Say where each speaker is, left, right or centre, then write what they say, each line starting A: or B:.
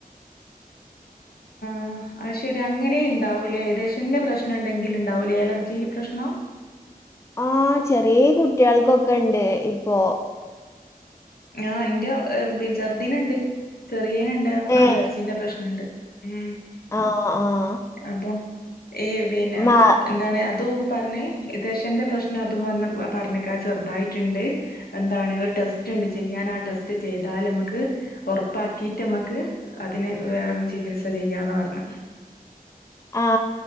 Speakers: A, on the left; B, on the left.
A: <inaudible>
B: ആ അയ് ശെരി അങ്ങനെ ഉണ്ടാവൂലേ ദെശന്റെ പ്രശ്നം ഉണ്ടെങ്കിലും. ഉണ്ടാവൂലേ അലർജി പ്രശ്നം
A: ആ ചെറിയ കുട്ടികൾക്കൊക്കെ ഉണ്ട് ഇപ്പോ
B: ആ എന്റെ പി ചെറുതിനുണ്ട് ചെറിയേനുണ്ട്
A: ഏഹ്
B: അലർജിന്റെ പ്രശ്നണ്ട് ഉം
A: ആഹ് ആഹ്
B: അപ്പൊ ഏ പിന്നെ
A: മാ
B: എന്താണ് അതും പറഞ്ഞേ ദെശന്റെ പ്രശ്നം അതും വന്ന് പറഞ്ഞേക്കാ ചെറുതായിട്ടുണ്ട് എന്താണ് ഒരു ടെസ്റ്റ് ണ്ട് ചെയ്യാൻ ആ ടെസ്റ്റ് ചെയ്താൽ നമ്മക്ക് ഉറപ്പാക്കിട്ടമ്മക്ക് അതിനെ ചികിത്സ ചെയ്യാന്ന് പറഞ്ഞ്
A: <inaudible> ആ